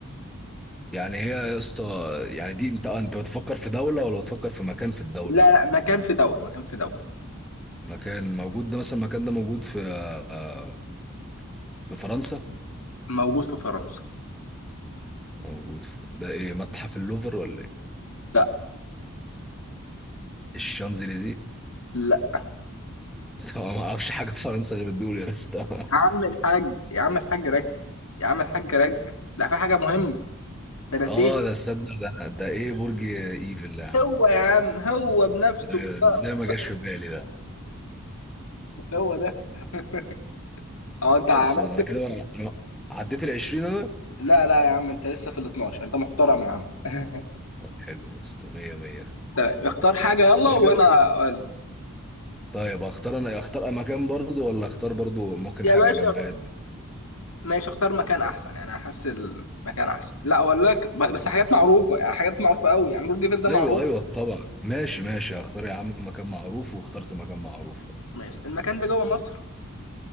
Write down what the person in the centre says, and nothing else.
يعني هي يا اسطى يعني دي انت آه، انت بتفكر في دولة ولا بتفكر في مكان في الدولة
مكان موجود ده مثلا المكان ده موجود في آه، في فرنسا
موجود في ده ايه متحف اللوفر ولا ايه
الشانزليزيه
<laughs> طبعا ما اعرفش حاجة في فرنسا غير الدول يا اسطى
اه ده تصدق ده ده ايه برج ايفل يا عم
آه،
ازاي ما جاش في بالي ده
خلصان انا كده أنا عديت ال 20 انا
طب حلو بس 100 100 طب
حلو.
طيب اختار انا اختار مكان برضو ولا اختار برضو ممكن
حاجه
جماد
طيب.
ايوه ايوه طبعا ماشي ماشي اختار يا عم مكان معروف واخترت مكان معروف أهو.